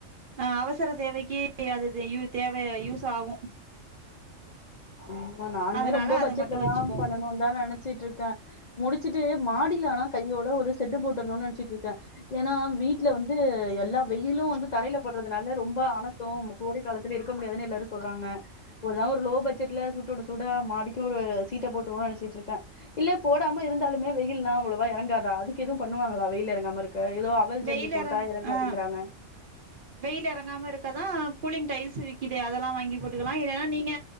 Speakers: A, on the right; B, on the left.
A: ஆ அவசர தேவைக்கி அது இது யூ தேவ யூஸ் ஆகு
B: ஆமா நானுமே
A: அதனால
B: ரொம்ப பட்ஜெட்ல
A: அது மட்டும்
B: தா
A: வச்சுப்போம்
B: பண்ணணுன்னு தா நெனைச்சிட்டு இரு க்க முடிச்சிட்டு மாடியில ஆனா கையோட ஒரு செட்டு போட்டுடனும்னு நெனைச்சிட்டு இருக்க ஏன்னா வீட்ல வந்து எல்லா வெயிலு வந்து தரையில பட்றதுனால ரொம்ப அணத்தும் கோடை காலத்துல இருக்க முடியாதுன்னு எல்லாரும் சொல்றாங்க ஏதாது ஒரு லோ பட் ஜெட்ல சூட்டோட சூடா மாடிக்கும் ஒரு சீட்ட போட்டுருவோன்னு நெனைச்சிட்டு இருக்க இல்ல போடாம இருந்தாலுமே வெயில்லா அவ்வளவா எறங்காதா அதுக்கு எதுவு பண்ணுவாங்களா வெயில் எறங்காம இருக்க ஏதோ எவர்
A: வெயில்
B: ஜல்லி போட்டா
A: இறங்
B: எறங்காதுங்கறாங்க
A: ஆஹ் வெயில் ஈறங்காம இருக்கதா கூலிங் டைல்ஸ் விக்கிதே அதெல்லா வாங்கி போட்டுக்கலா இல்லன்னா நீங்க